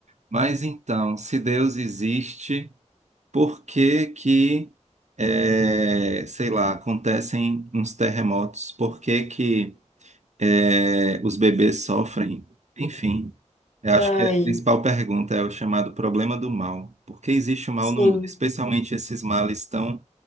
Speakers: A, on the right; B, on the left.
A: Mas então, se Deus existe, por que que, eh, sei lá, acontecem uns terremotos? Por que que, eh, os bebês sofrem? Enfim, eu
B: <laughs>
A: acho que a
B: ai,
A: principal pergunta é o chamado problema do mal. Por que existe o mal
B: sim,
A: no mundo? Especialmente esses males tão